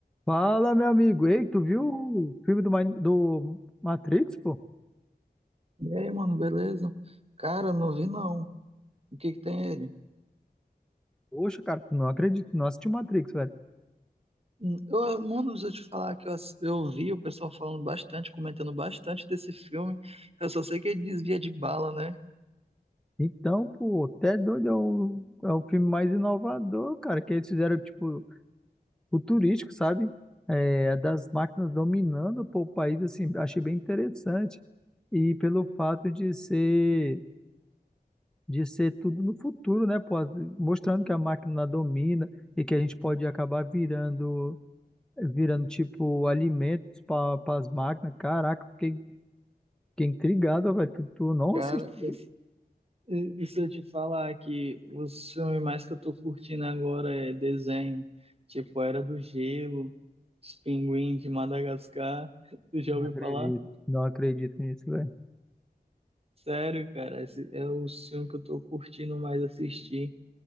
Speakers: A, in the centre; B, on the right.
A: Fala, meu amigo. Ei, tu viu o filme do, Ma- do Matrix, pô?
B: E aí, mano, beleza? Cara, não vi não. O que que tem ele?
A: Poxa, cara, tu não acredito, não assisti o Matrix, velho.
B: Hum, Eu, mano, deixa eu te falar que eu, ass- eu vi o pessoal falando bastante, comentando bastante desse filme. Eu só sei que ele desvia de bala, né?
A: Então, pô, até doido, é o, é o filme mais inovador, cara, que eles fizeram, tipo, futurístico, sabe? É, é das máquinas dominando, pô, o país, assim, achei bem interessante. E pelo fato de ser, de ser tudo no futuro, né, pô? Mostrando que a máquina domina e que a gente pode acabar virando virando tipo alimentos para as máquinas. Caraca, fiquei, fiquei intrigado, velho. Tu, tu não
B: Cara,
A: assistiu
B: esse-
A: isso?
B: e e se eu te falar que os filmes mais que eu tô curtindo agora é desenho, tipo Era do Gelo, Os Pinguins de Madagascar, <laughs> tu já
A: Não
B: ouviu
A: acredito,
B: falar?
A: não acredito nisso, velho.
B: Sério, cara, esse é o filme que eu tô curtindo mais assistir.